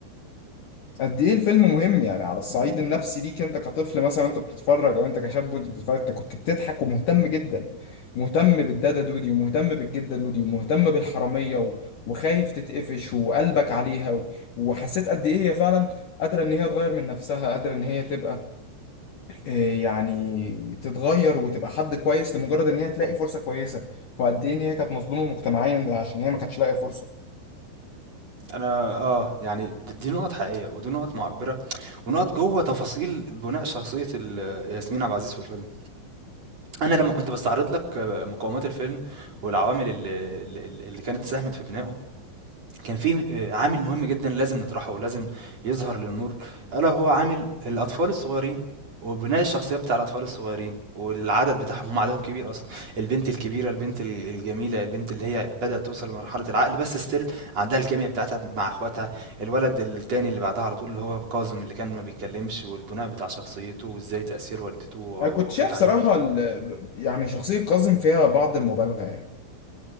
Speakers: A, on the left; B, on the right.
A: قد ايه الفيلم مهم يعني على الصعيد النفسي ليك انت كطفل مثلا وانت بتتفرج او انت كشاب وانت بتتفرج انت كنت بتضحك ومهتم جدا مهتم بالدادا دودي ومهتم بالجده دودي ومهتم بالحراميه و- وخايف تتقفش وقلبك عليها و- وحسيت قد ايه هي فعلا قادره ان هي تغير من نفسها قادره ان هي تبقى آه، يعني تتغير وتبقى حد كويس لمجرد ان هي تلاقي فرصه كويسه وقد ايه ان هي كانت مظلومه مجتمعيا عشان هي ما كانتش لاقيه فرصه
B: انا اه يعني د- دي نقط حقيقيه ودي نقط معبره ونقط جوه تفاصيل بناء شخصيه ال- ياسمين عبد العزيز في الفيلم انا لما كنت بستعرض لك مقومات الفيلم والعوامل اللي, اللي اللي كانت ساهمت في بنائه كان في آآ عامل مهم جدًا لازم نطرحه ولازم يظهر للنور، ألا وهو عامل الأطفال الصغيّرين، وبناء الشخصيات بتاع الأطفال الصغيّرين، والعدد بتاعهم هم عددهم كبير أصلًا، البنت الكبيرة، البنت ال الجميلة، البنت اللي هي بدأت توصل لمرحلة العقل بس still عندها الكيميا بتاعتها مع أخواتها، الولد التاني اللي بعدها على طول اللي هو كاظم اللي كان ما بيتكلمش، والبناء بتاع شخصيته وإزاي تأثير والدته و ووفاة
A: انا كنت شايف صراحه
B: عليه،
A: ال- يعني شخصيه كاظم فيها بعض المبالغه يعني